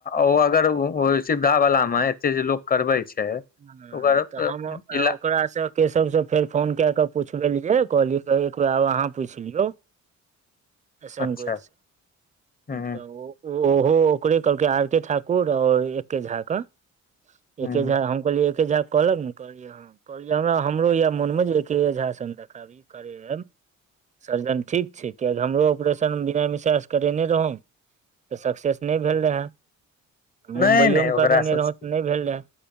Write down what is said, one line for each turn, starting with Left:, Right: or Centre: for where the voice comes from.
Left: ओ अगर ओ सुविधा वाला में एते जे लोक करबै छै।
Right: हाँ
Left: ओकर
Right: तऽ हम
Left: इला
Right: ओकरा सँ। केशव सँ फेर फोन के कऽ पुछबेलीयै कहलीयै एक बेर अहाँ पुछि लियो। छह
Left: अच्छा
Right: हु
Left: हूं
Right: तऽ ओ ओहो ओकरे कहलकै आर के ठाकुर और एके झा कऽ
Left: हूं
Right: एके झा हम कहलियै एके झा कहलक ने कहलियै ह कहलिय हमरा हमरो या मोनमे एकै झा सऽ हम देखाबी। करैयम। सर्जन ठीक छै कियाकि हमरो ऑपरेशन बीना मिसरा से करेने रहौ तऽ सक्सेस नहि भेल रहे
Left: नहि
Right: मुम्बइयो
Left: नहि
Right: मे
Left: ओकरा
Right: करेने
Left: सब
Right: रहौं तऽ नैय भेला।